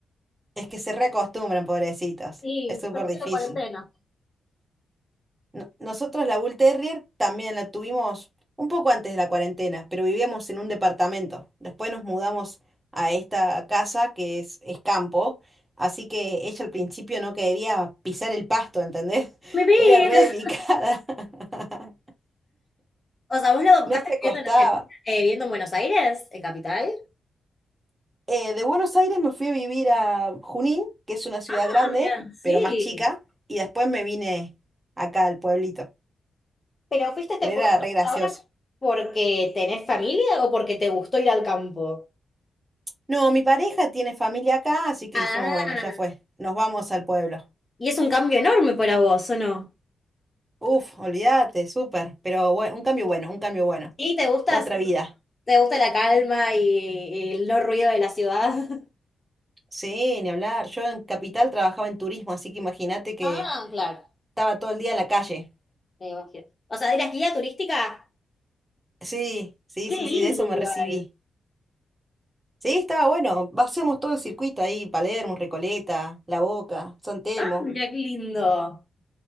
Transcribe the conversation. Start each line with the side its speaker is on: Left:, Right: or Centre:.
Right: es que se reacostumbran, pobrecitos.
Left: Sí,
Right: Es súper
Left: perfecto
Right: difícil.
Left: cuarentena.
Right: No- nosotros la Bull Terrier también la tuvimos un poco antes de la cuarentena, pero vivíamos en un departamento. Después nos mudamos a esta casa que es, es campo, así que ella al principio no quería pisar el pasto, ¿entendés?
Left: Mi
Right: <laughs>
Left: vida.
Right: Era re delicada, <laughs>
Left: O sea, ¿vos lo adoptaste
Right: no se
Left: viviendo
Right: acostaba.
Left: en Argentina, eh, viviendo en Buenos Aires, en Capital?
Right: Eh, de Buenos Aires me fui a vivir a Junín, que es una ciudad
Left: Ah,
Right: grande,
Left: mirá, sí.
Right: pero más chica, y después me vine acá al pueblito,
Left: ¿Pero fuiste a este
Right: pero era
Left: pueblo
Right: re gracioso.
Left: ahora porque tenés familia o porque te gustó ir al campo?
Right: No, mi pareja tiene familia acá, así que
Left: Ah,
Right: dijimos, bueno, ya fue, nos vamos al pueblo.
Left: Y es un cambio enorme para vos, ¿o no?
Right: Uf, olvídate, súper, pero bue- un cambio bueno, un cambio bueno.
Left: Sí, te gusta,
Right: Otra vida.
Left: te gusta la calma y, y el no ruido de la ciudad. <laughs>
Right: Sí, ni hablar. Yo en Capital trabajaba en turismo, así que imagínate que
Left: ah, claro.
Right: estaba todo el día en la calle.
Left: Me imagino. O sea, de las guías turísticas,
Right: Sí, sí,
Left: qué
Right: sí,
Left: lindo
Right: sí, de eso
Left: igual.
Right: me recibí. Sí, estaba bueno. Hacemos todo el circuito ahí, Palermo, Recoleta, La Boca, San Telmo.
Left: Ah, mira qué Lindo.